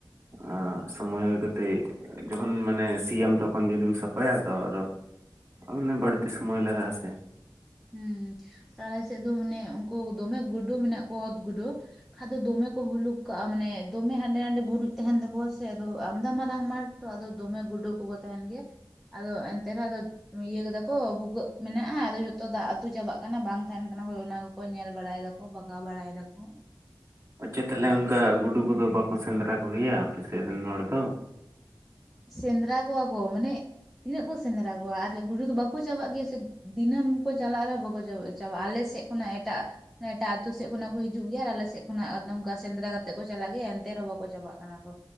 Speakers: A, on the right; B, in the centre.
A: ᱚᱻ ᱥᱚᱢᱚᱭ ᱦᱩᱭ ᱠᱟᱛᱮᱜ ᱡᱚᱠᱷᱚᱱ ᱢᱟᱱᱮ ᱥᱤᱭᱟᱢ ᱛᱚᱠᱷᱚᱱ ᱡᱩᱫᱤᱢ ᱥᱟᱯᱷᱟᱭᱟ ᱛᱚ ᱟᱫᱚ ᱾ ᱢᱟᱱᱮ ᱵᱟᱹᱲᱛᱤ ᱥᱚᱢᱚᱭ ᱞᱟᱜᱟᱜᱼᱟ ᱥᱮ ᱾
B: ᱦᱩᱸ ᱟᱞᱮ ᱥᱮᱫ ᱫᱚ ᱢᱟᱱᱮ, ᱩᱱᱠᱩ ᱫᱚᱢᱮ ᱜᱩᱰᱩ ᱢᱮᱱᱟᱜ ᱠᱚᱣᱟ ᱚᱛ ᱜᱩᱰᱩ᱾ ᱠᱷᱟᱱ ᱫᱚᱢᱮ ᱠᱚ ᱵᱷᱩᱞᱩᱠ ᱠᱟᱜᱼᱟ ᱢᱟᱱᱮ ᱫᱚᱢᱮ ᱦᱟᱸᱰᱮ ᱱᱟᱰᱮ ᱵᱩᱨᱩᱡᱽ ᱛᱟᱦᱮᱱ ᱛᱟᱠᱚᱣᱟ ᱥᱮ ᱟᱫᱚ ᱟᱢᱫᱟ ᱢᱟᱨᱟᱝ ᱢᱟᱴ ᱛᱚ ᱟᱫᱚ ᱫᱚᱢᱮ ᱜᱩᱰᱩ ᱠᱚᱠᱚ ᱛᱟᱦᱮᱱ ᱜᱮᱭᱟ᱾ ᱟᱫᱚ ᱮᱱᱛᱮ ᱨᱮᱦᱚᱸ ᱟᱫᱚ ᱤᱭᱟᱹ ᱠᱟᱫᱟ ᱠᱚ ᱵᱷᱩᱜᱟᱹᱜ ᱢᱮᱱᱟᱜᱼᱟ, ᱟᱫᱚ ᱡᱚᱛᱚ ᱡᱷᱚᱛᱚ ᱫᱟᱜ ᱟᱹᱛᱩ ᱪᱟᱵᱟᱜ ᱠᱟᱱᱟ, ᱵᱟᱝ ᱛᱟᱦᱮᱱ ᱠᱟᱱᱟ ᱦᱳᱭ ᱚᱱᱟ ᱠᱚᱠᱚ ᱧᱮᱞ ᱵᱟᱲᱟᱭ ᱫᱟᱠᱚ ᱵᱟᱜᱟᱣ ᱵᱟᱲᱟᱭ ᱫᱟᱠᱚ
A: ᱟᱪᱪᱷᱟ ᱛᱟᱦᱚᱞᱮ ᱚᱱᱠᱟ ᱜᱩᱰᱩ ᱠᱚᱫᱚ ᱵᱟᱠᱚ ᱥᱮᱸᱫᱽᱨᱟ ᱠᱚᱜᱮᱭᱟ ᱟᱯᱮ ᱥᱮᱫ ᱨᱮᱱ ᱦᱚᱲ ᱫᱚ
B: ᱥᱮᱸᱫᱽᱨᱟ ᱠᱚᱣᱟ ᱠᱚ ᱢᱟᱱᱮ ᱛᱤᱱᱟᱹᱜ ᱠᱚ ᱥᱮᱸᱫᱽᱨᱟ ᱠᱚᱣᱟ ᱟᱨ ᱜᱩᱰᱩ ᱫᱚ ᱵᱟᱠᱚ ᱪᱟᱵᱟᱜ ᱜᱮᱭᱟ ᱥᱮ ᱫᱤᱱᱟᱹᱢ ᱠᱚ ᱪᱟᱞᱟᱜ ᱨᱮᱦᱚ ᱵᱟᱠᱚ ᱪᱟᱵᱟᱜᱼᱟ ᱟᱞᱮᱥᱮᱫ ᱾ ᱠᱷᱚᱱᱟᱜ ᱮᱴᱟᱜ, ᱮᱴᱟᱜ ᱟᱹᱛᱩ ᱥᱮᱫ ᱠᱷᱚᱱᱟᱜ ᱠᱚ ᱦᱤᱡᱩᱜ ᱜᱮᱭᱟ, ᱟᱨ ᱟᱞᱮ ᱥᱮᱫ ᱠᱷᱚᱱᱟᱜ ᱱᱚᱝᱠᱟ ᱥᱮᱸᱫᱽᱨᱟ ᱠᱟᱛᱮᱫᱼᱼ ᱛᱮᱜ ᱠᱚ ᱪᱟᱞᱟᱜ ᱜᱮᱭᱟ, ᱮᱱᱛᱮ ᱨᱮᱦᱚᱸ ᱵᱟᱠᱚ ᱪᱟᱵᱟᱜ ᱠᱟᱱᱟ ᱠᱚ,